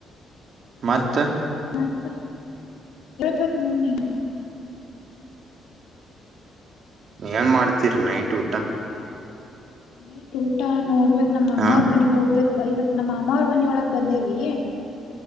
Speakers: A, on the right; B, on the left.
A: ಮತ್ತ
B: ಮತ ಹೇಳ್ಬೇಕ ನೀ ನೀನು
A: ಏನ್ ಮಾಡ್ತೀರಿ ನೈಟ್ ಊಟ
B: ನೈಟ್ ಊಟಾ ನೋಡ್ಬೇಕ ನಮ್ಮ
A: ಹಾ
B: ಮಾ ಅವ್ರ ಮನೆಗ ಹೋಗ್ಬೇಕ ಇವತ್ತು ನಮ್ಮ ಮಾಮಾ ಅವ್ರ ಮನೊಳಗೆ ಬಂದೇವಿ